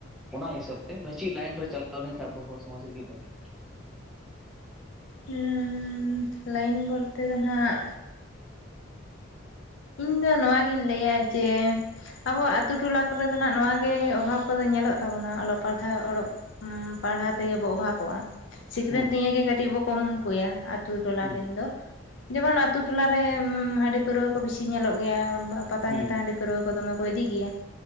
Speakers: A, in the centre; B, on the left.
A: ᱚᱱᱟ ᱦᱤᱥᱟᱹᱵ ᱛᱮ ᱢᱟ. ᱡᱷᱤ ᱞᱟᱭᱤᱱ ᱨᱮ ᱪᱟᱞᱟᱣ ᱞᱮᱱᱠᱷᱟᱱ ᱟᱵᱚ ᱦᱚᱲ ᱥᱚᱢᱟᱡᱽ ᱨᱮᱜᱮ ᱵᱷᱟᱜᱤ
B: ᱦᱚᱸ ᱞᱟᱭᱤᱱ ᱵᱚᱞᱛᱮ ᱫᱚ ᱦᱟᱸᱜ ᱤᱧ ᱫᱚ ᱱᱚᱣᱟᱜᱤᱧ ᱞᱟᱹᱭᱟ ᱡᱮ ᱟᱵᱚ ᱟᱹᱛᱩ ᱴᱚᱞᱟ ᱠᱚᱨᱮ ᱫᱚ ᱦᱟᱸᱜ ᱱᱚᱣᱟ ᱜᱮ ᱚᱵᱷᱟᱣ ᱠᱚᱫᱚ ᱧᱮᱞᱚᱜ ᱛᱟᱵᱚᱱᱟ ᱚᱞᱚᱜ ᱯᱟᱲᱦᱟᱜ ᱚᱞᱚᱜ ᱯᱟᱲᱦᱟᱣ ᱛᱮᱜᱮ ᱵᱚ ᱚᱵᱷᱟᱯᱚᱜ-ᱟ ᱥᱤᱠᱨᱮᱴ
A: ᱦᱩᱸ
B: ᱱᱤᱭᱟᱹᱜᱮ ᱠᱟᱹᱴᱤᱡ ᱵᱚ ᱠᱚᱢ ᱠᱚᱭᱟ ᱟᱛ ᱴᱚᱞᱟᱮᱱ
A: ᱦᱩᱸ
B: ᱨᱮᱱ ᱫᱚ ᱡᱮᱢᱚᱱ ᱟ ᱟᱛᱳ ᱴᱚᱞᱟᱮ ᱦᱟᱺᱰᱤ ᱯᱟᱹᱨᱣᱨᱟᱹ ᱠᱚ ᱵᱤᱥᱤ ᱧᱮᱞᱚᱜ ᱜᱮᱭᱟ ᱯᱟᱛᱟ
A: ᱦᱩᱸ
B: ᱡᱟᱛᱟ ᱦᱟᱺᱰᱤ ᱯᱟᱹᱨᱣᱟᱹ ᱠᱚ ᱫᱚᱢᱮ ᱠᱚ ᱤᱫᱤ ᱜᱮᱭᱟ᱾